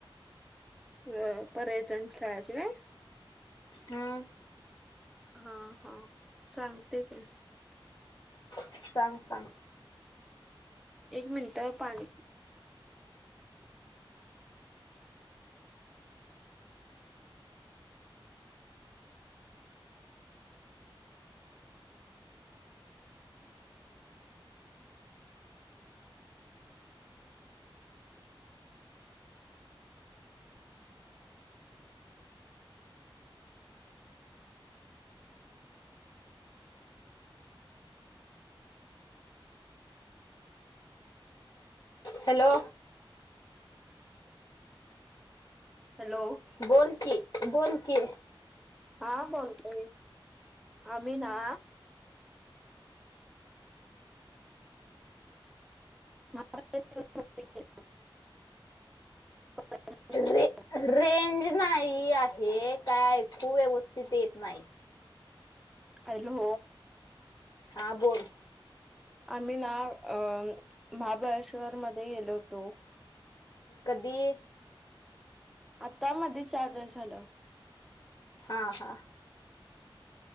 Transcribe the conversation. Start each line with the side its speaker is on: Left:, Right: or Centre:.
Centre: ह परयटन काज होय.
Left: हम्म
Centre: हा हा सांगते की
Left: सांग सांग.
Centre: एक मिनट पाणी
Left: हॅलो!
Centre: हॅलो!
Left: बोल कि, बोल कि
Centre: हा बोलते आम्ही ना. <inaudible> <unintelligible>
Left: रे रेंज नाही आहे काय ऐकू व्यवस्थित येत नाही.
Centre: हॅलो.
Left: हा बोल.
Centre: आम्ही ना अ महाबळेश्वर मध्ये गेलो होतो.
Left: कधी.
Centre: आता मध्ये चार दिवस झालं
Left: हा हा.